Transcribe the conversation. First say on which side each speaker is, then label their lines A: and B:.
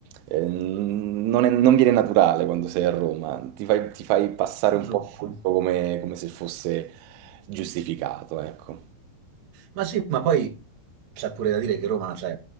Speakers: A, on the right; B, on the right.
A: eh, non è- non viene naturale quando sei a Roma, ti fai, ti fai passare
B: giusto?
A: un po' tutto come, come se fosse giustificato, ecco.
B: Ma sì, ma poi c'è pure da dire che Roma cioè,